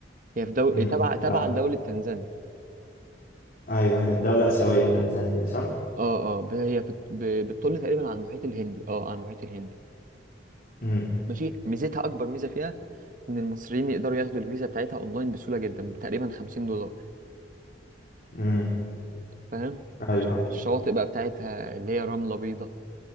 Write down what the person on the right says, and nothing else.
هي في دو...
تبع تبع
لدولة تنزانيا
اه اه ب- هي بت... ب... بتطل تقريبا على المحيط الهندي اه على المحيط الهندي
ماشي ميزتها اكبر ميزة فيها ان المصريين يقدروا ياخدوا الفيزا بتاعتها اونلاين بسهولة جدا تقريبا 50 دولار
فاهم
الش- الشواطئ بقى بتاعتها اللي هي رملة بيضاء